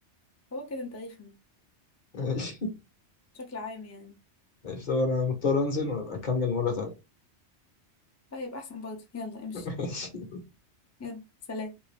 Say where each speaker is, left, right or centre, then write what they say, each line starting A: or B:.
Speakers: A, on the left; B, on the left.
A: هو كده انت رخم
B: ماشي
A: بشكل عام يعني
B: ماشي طب انا مضطر انزل وابقى اكمل مرة تانية
A: طيب احسن برضه يلا امشي
B: <laughs> ماشي
A: يلا سلام